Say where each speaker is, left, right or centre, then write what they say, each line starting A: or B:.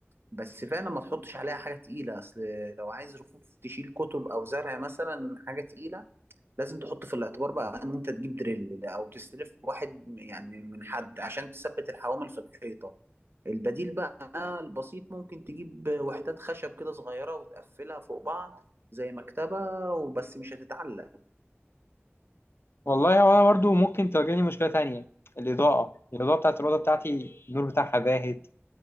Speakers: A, on the right; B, on the left.
A: بس فعلا ما تحطش عليها حاجة تقيلة أصل لو عايز رفوف تشيل كتب أو زرع مثلا حاجة تقيلة لازم تحط في الاعتبار بقى إن أنت تجيب دريل أو تستلف واحد يعني من حد عشان تثبت الحوامل في الحيطة البديل بقى البسيط ممكن تجيب وحدات خشب كده صغيرة وتقفلها فوق بعض زي مكتبة وبس مش هتتعلق
B: والله وانا برضو ممكن تواجهني مشكله تانية الاضاءه الاضاءه بتاعت الاوضه بتاعتي النور بتاعها باهت